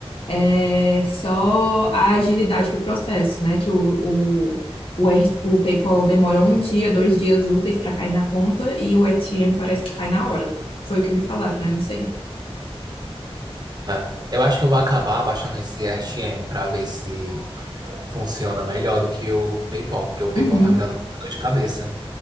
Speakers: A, on the left (about 65°); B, on the right (about 40°).
A: é só a agilidade do processo, né? Que o, o, o, R- o PayPal demora um dia, dois dias úteis para cair na conta e o RTM parece que cai na hora. Foi o que me falaram, né? Não sei.
B: é. Eu acho que eu vou acabar baixando esse RTM para ver se funciona melhor do que o PayPal, porque o PayPal
A: Uhum,
B: tá me dando muita dor de cabeça.